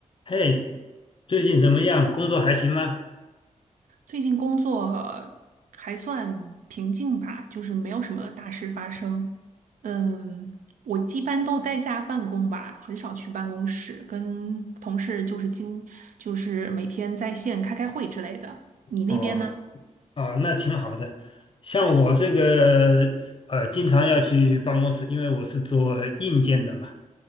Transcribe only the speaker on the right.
最近工作还算平静吧，就是没有什么大事发生。嗯，我一般都在家办公吧，很少去办公室，跟同事就是经就是每天在线开开会之类的。你那边呢？